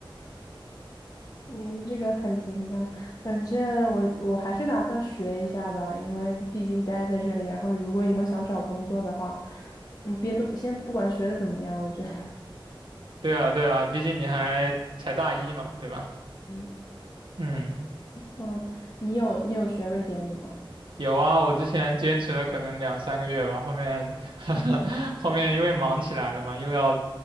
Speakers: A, on the left; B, on the right.
A: 嗯，这个很形象。反正我我还是打算学一下吧，因为毕竟待在这里，然后如果以后想找工作的话，嗯，别不先不管学的怎么样，我觉得，
B: 对啊，对啊，毕竟你还才大一嘛，对吧？
A: <laughs> 嗯
B: 嗯。
A: 嗯，你有你有学瑞典语吗？
B: 有啊，我之前坚持了可能两三个月吧，后面 <laughs> 后面因为忙起来了嘛，又要